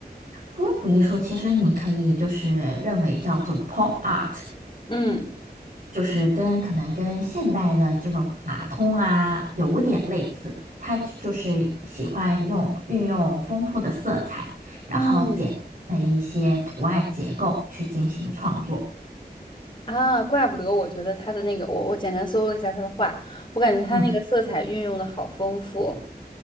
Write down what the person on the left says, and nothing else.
嗯
嗯，啊，怪不得我觉得他的那个，我我简单搜了一下他的画，我感觉他那个色彩运用的好丰富，